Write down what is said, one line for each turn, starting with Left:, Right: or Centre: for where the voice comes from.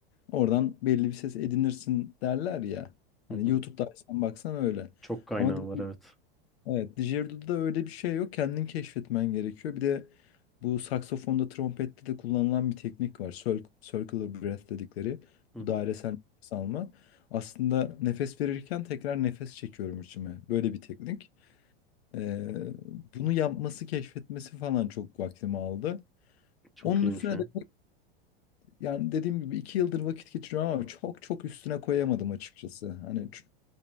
Left: oradan belli bir ses edinirsin derler ya. Hani
Centre: Hı hı.
Left: YouTube'da açsan baksan öyle.
Centre: Çok kaynağı
Left: Ama di-
Centre: var evet.
Left: evet didgerido'da öyle bir şey yok. Kendin keşfetmen gerekiyor. Bir de bu saksafonda, trompette de kullanılan bir teknik var. Cir- Circular breath dedikleri.
Centre: Hı hı.
Left: Bu dairesel nefes alma. Aslında nefes verirken tekrar nefes çekiyorum içime. Böyle bir teknik. Ee, bunu yapması, keşfetmesi falan çok vaktimi aldı.
Centre: Çok
Left: Onun
Centre: iyiymiş
Left: üstüne
Centre: ya.
Left: de yani dediğim gibi iki yıldır vakit geçiriyorum ama çok çok üstüne koyamadım açıkçası. Hani ç-